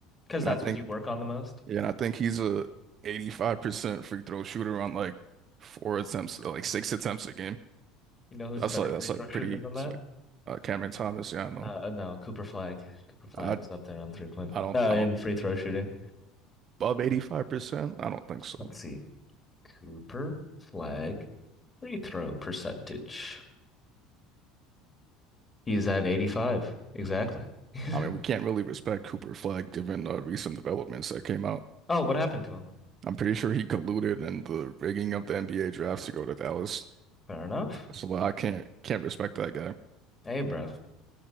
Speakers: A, on the left; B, on the right.
A: Because
B: And
A: that's
B: I think,
A: what you work on the most.
B: yeah, and I think he's a 85% free throw shooter on like four attempts, like six attempts a game.
A: You know who's
B: That's
A: a better
B: like,
A: free
B: that's like
A: throw
B: pretty,
A: shooter than
B: it's
A: that?
B: like uh, Cameron Thomas. Yeah, I know.
A: Uh, uh, no, Cooper Flag. Cooper Flag
B: I,
A: is up there on three point.
B: I don't,
A: Uh,
B: I
A: in
B: don't
A: free throw shooting.
B: above 85%. I don't think so.
A: Let's see. Cooper Flag free throw percentage. He's at 85. Exactly. <laughs>
B: I mean, we can't really respect Cooper Flag given uh, recent developments that came out.
A: Oh, what happened to him?
B: I'm pretty sure he colluded in the rigging of the NBA drafts to go to Dallas.
A: Fair enough.
B: So like, I can't can't respect that guy.
A: Hey, bro.